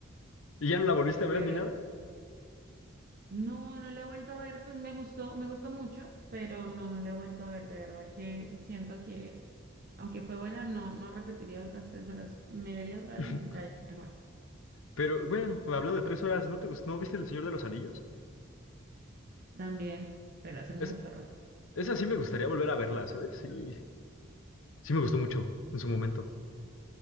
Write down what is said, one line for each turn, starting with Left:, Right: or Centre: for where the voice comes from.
Left: ¿Y ya no la volviste
Right: <laughs>
Left: a ver
Right: Pero
Left: ni nada?
Right: no, no la he vuelto a ver. Pues me gustó, me gustó mucho, pero no, no la he vuelto a ver. De verdad que siento que, aunque fue buena, no, no repetiría otras tres horas. Me vería otra
Left: <laughs>
Right: vez el Titanic mejor.
Left: Pero bueno, hablando de tres horas, ¿no te gustó? ¿No viste El Señor de los Anillos?
Right: También, pero hace mucho
Left: Es,
Right: rato.
Left: esa sí me gustaría volver a verla, ¿sabes? Sí, Sí me gustó mucho en su momento.